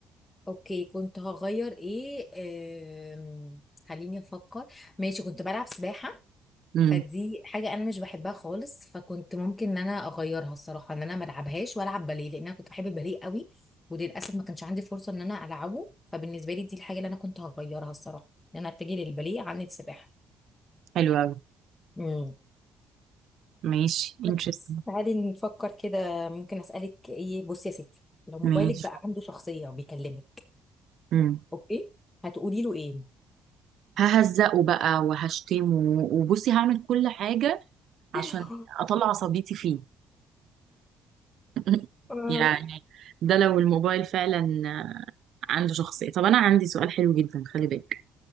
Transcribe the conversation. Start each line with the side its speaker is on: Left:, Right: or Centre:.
Left: اوكي كنت هغير ايه آم، خليني افكر ماشي كنت بلعب سباحه
Right: امم
Left: فدي حاجة أنا مش بحبها خالص فكنت ممكن إن أنا أغيرها الصراحة إن أنا ما ألعبهاش وألعب باليه لأن أنا كنت بحب الباليه قوي وللأسف ما كانش عندي فرصة إن أنا ألعبه فبالنسبة لي دي الحاجة اللي أنا كنت هغيرها الصراحة إن أنا أتجه للباليه عن السباحة
Right: حلو قوي
Left: امم
Right: ماشي interesting
Left: بس تعالي نفكر كده ممكن أسألك إيه بصي يا ستي لو موبايلك
Right: ماشي
Left: بقى عنده شخصية وبيكلمك
Right: امم
Left: أوكي هتقولي له إيه؟
Right: ههزقه بقى وهشتمه وبصي هعمل كل حاجه عشان
Left: <laughs>
Right: اطلع عصبيتي فيه <laughs>
Left: آه،
Right: يعني ده لو الموبايل فعلا آه، عنده شخصية طب أنا عندي سؤال حلو جدا خلي بالك